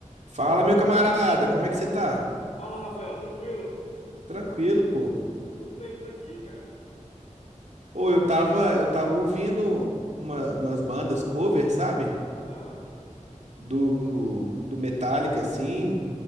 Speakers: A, on the right; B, on the left.
A: Fala, meu
B: Opa,
A: camarada, como é que você tá?
B: fala, Rafael, tranquilo?
A: Tranquilo, pô.
B: Tá tudo bem por aqui, cara.
A: Ou eu tava, eu tava ouvindo uma- umas bandas cover, sabe?
B: Ah,
A: Do, do Metallica, assim.